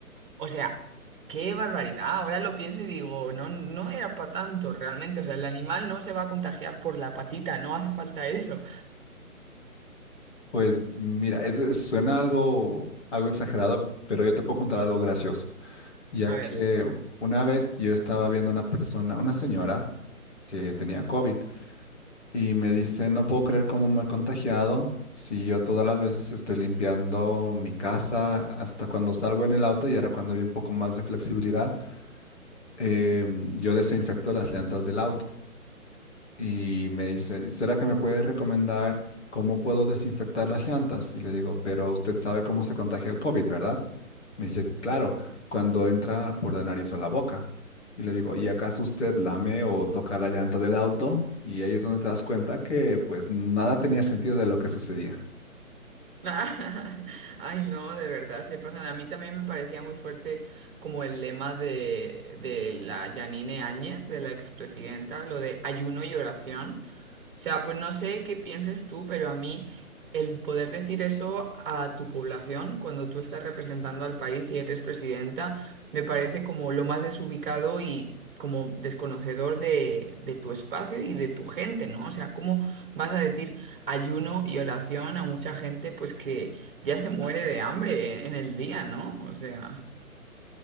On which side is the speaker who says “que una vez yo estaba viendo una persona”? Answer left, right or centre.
Left